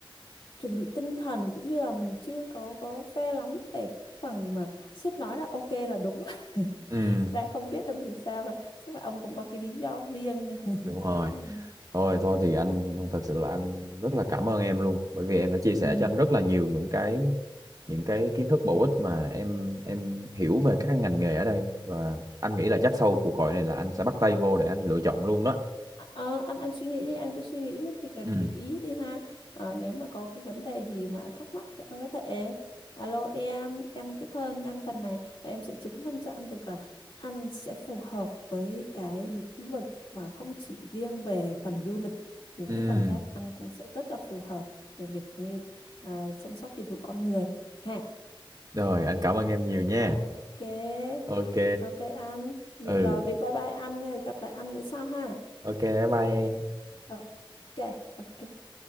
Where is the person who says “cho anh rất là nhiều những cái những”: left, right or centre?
Right